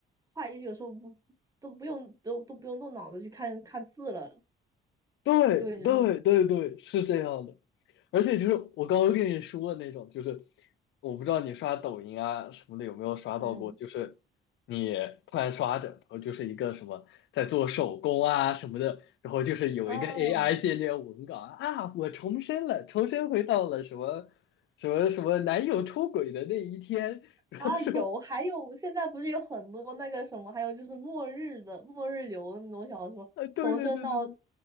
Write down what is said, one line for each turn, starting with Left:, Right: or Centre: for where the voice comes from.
Right: 快，就是有时候不都不用都都不用动脑子去看看字了，
Left: 对对对对，
Right: 就会一直说
Left: 是这样的。而且就是我刚刚跟你说的那种，就是我不知道你刷抖音啊什么的有没有刷到过，
Right: 嗯
Left: 就是你突然刷着，然后就是一个什么在做手工啊什么的，然后就是有一个
Right: 哦
Left: AI 界面文稿啊，啊我重生了，重生回到了什么什么什么男友出轨的那一天，然后说
Right: 啊，有，还有现在不是有很多那个什么，还有就是末日的末日流的那种小说，
Left: 啊，
Right: 重生到
Left: 对对对对对，